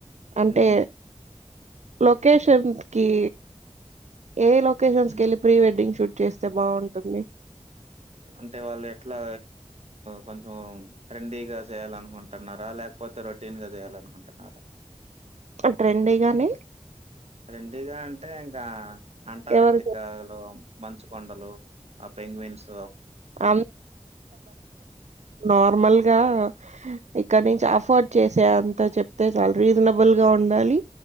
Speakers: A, on the right; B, on the right.
A: అంటే
B: ఉహు
A: లోకేషన్కి ఏ లోకేషన్స్కిలి
B: ఉ
A: ప్రీ వెడ్డింగ్ శూట్ చేస్తే బాగుంటుంది
B: అంటే వాళ్ళు ఎట్లా కొంచెం ట్రెండీగా చేయాల అనుకుంటున్నారా లేకపోతే రొటీన్ గా చేయాలనుకుంటున్నారా
A: ఆ ట్రెండీ గానే
B: ట్రెండీ గా అంటే ఇంకా అంటార్క్టికా
A: ఎవరు
B: లో మంచు కొండలు ఆ పెంగవిన్స్
A: అ నార్మల్గా ఇక్కడ నుంచి అఫోర్డ్ చేసే అంత చెప్తే చాలా రీజనబుల్ గా ఉండాలి